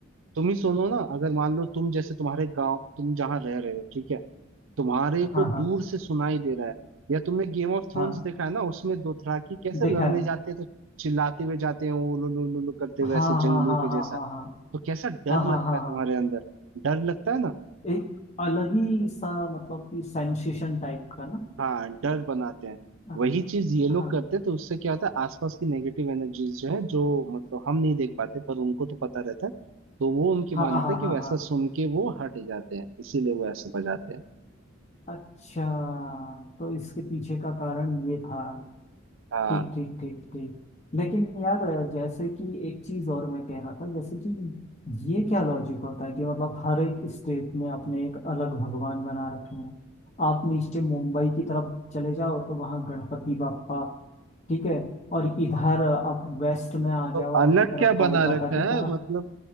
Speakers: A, on the right (about 75°); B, on the left (about 35°).
A: तुम ही सुनो ना अगर मान लो तुम जैसे तुम्हारे गांव तुम जहाँ रह रहे हो ठीक है तुम्हारे
B: हाँ
A: को दूर
B: हाँ
A: से सुनाई दे रहा है या तुमने गेम ऑफ थ्रोन्स
B: हाँ
A: देखा है ना उसमें दोथराकी कैसे
B: देखा
A: लड़ने
B: है
A: जाते हैं तो चिल्लाते हुए जाते हैं उलू लू लू लू करते हुए
B: हाँ
A: ऐसे जंगलियों
B: हाँ हाँ
A: के
B: हाँ
A: जैसा
B: हाँ हाँ
A: तो कैसा डर लगता
B: हाँ हाँ हाँ
A: है
B: हाँ
A: तुम्हारे अंदर डर लगता है ना
B: एक अलग ही सा मतलब कि सेंसेशन टाइप का ना
A: हाँ डर बनाते हैं
B: हाँ
A: वही चीज ये लोग
B: हाँ
A: करते हैं तो उससे क्या होता है आसपास की नेगेटिव एनर्जीज जो है जो मतलब हम नहीं देख पाते पर उनको तो पता रहता है तो वो उनकी
B: हाँ
A: मान्यता
B: हाँ
A: है कि
B: हाँ
A: वैसा
B: हाँ
A: सुन के वो हट जाते हैं इसीलिए वो ऐसे बजाते हैं
B: अच्छा तो इसके पीछे का कारण ये था
A: हाँ
B: ठीक ठीक ठीक ठीक लेकिन यार जैसे कि एक चीज और मैं कह रहा था जैसे कि ये क्या लॉजिक होता है कि मतलब हर एक स्टेट में अपने एक अलग भगवान बना रखे हैं आप नीचे मुंबई की तरफ चले जाओ तो वहाँ गणपति बाप्पा ठीक है और इधर आप वेस्ट में आ
A: तो
B: जाओ आपकी
A: अलग
B: तरफ
A: क्या
B: कोलकाता
A: बना रखा
B: की
A: है
B: तरफ
A: मतलब